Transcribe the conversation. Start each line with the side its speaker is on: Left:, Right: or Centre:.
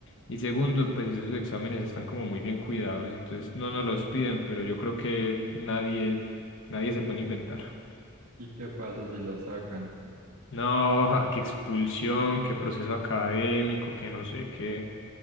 Left: Y segundo, pues esos exámenes están como muy bien cuidados, entonces no nos los piden, pero yo creo que nadie, nadie se pone a inventar.
Right: ¿Y qué pasa si lo sacan?
Left: No, ja, qué expulsión, qué proceso académico, que no sé qué.